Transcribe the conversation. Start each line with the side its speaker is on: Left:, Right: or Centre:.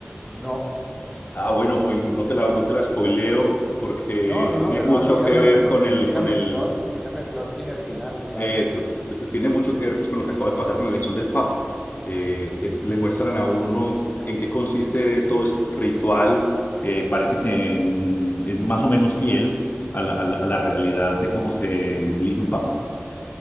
Centre: No,
Left: Ah, bueno, muy, muy- no te la, no te la spoileo porque
Centre: no, no,
Left: tiene
Centre: no, pero
Left: mucho
Centre: tírame,
Left: que ver con el,
Centre: tírame
Left: con el,
Centre: el plot, tírame el plot sin el final, claro.
Left: eso, t- t- tiene mucho que ver pues con lo que acaba de pasar con la elección del Papa. Eh, es- le muestran a uno en qué consiste todo ese ritual. Eh, parece que mm, es más o menos fiel a la, a la- a la realidad de cómo se elige un Papa.